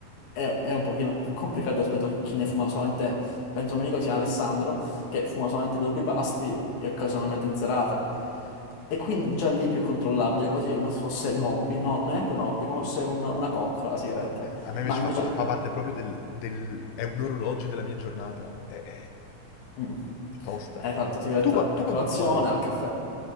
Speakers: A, on the left; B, on the left.
A: è, è un pochino più complicato rispetto a chi ne fuma solamente, penso a un mio amico che si chiama Alessandro, che fuma solamente dopo i pasti e occasionalmente in serata. E quindi già lì è più controllabile, quasi come se fosse un hobby, no, neanche un hobby, come se fosse un- una coccola la sigaretta.
B: A me invece
A: Ma invece...
B: fa, pa- fa parte proprio del, del- è un orologio della mia giornata, è, è-
A: Mm.
B: è tosta.
A: Eh, Esatto, la sigaretta
B: Tu, qua- tu
A: a colazione,
B: quanto fumavi?
A: al caffè.